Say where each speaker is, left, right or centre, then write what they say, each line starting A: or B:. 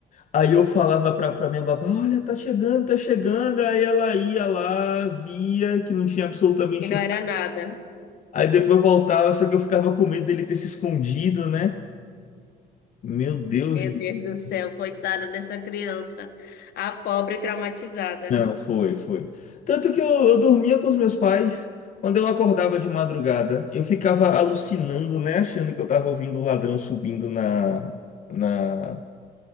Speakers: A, on the left; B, on the left.
A: aí eu falava pra, pra minha babá, olha, tá chegando, tá chegando. Aí ela ia lá, via que não tinha absolutamente
B: E não era nada.
A: Aí depois voltava, só que eu ficava com medo dele ter se escondido, né? Meu Deus
B: Meu
A: do
B: Deus
A: céu.
B: do céu, coitada dessa criança. A pobre traumatizada.
A: Não, foi, foi. Tanto que eu, eu dormia com os meus pais. Quando eu acordava de madrugada, eu ficava alucinando, né? Achando que eu tava ouvindo o ladrão subindo na, na,